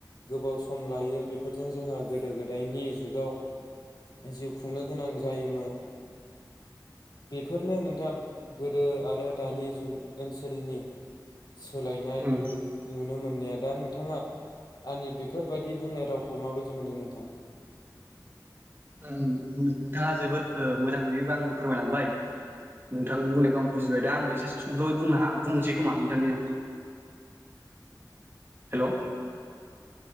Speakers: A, on the left; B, on the right.
A: गोबाव सम लायो बेफोरजों जोंहा गोदो गोदायनि जुगाव जिउ खुंनो गोनां जायोमोन बेफोरनो नोंथां गोदो आरो दानि
B: उम
A: जु ओनसोलनि सोलायनाय
B: ओम
A: नुनो मोननाया दा नोंथाङा आंनि बेफोरबायदि बुंनाय रावखौ माबायदि मोनदों नोंथां?
B: नोंथाङा जोबोद ओ-मोजाङै आंनो फोरमायलांबाय नोंथां बुंनायखौ आं बुजिबाय दा आंबो एसे सुंद'यै बुंनो हा बुंनोसै खोमा नोंथांनियाव। हेल'?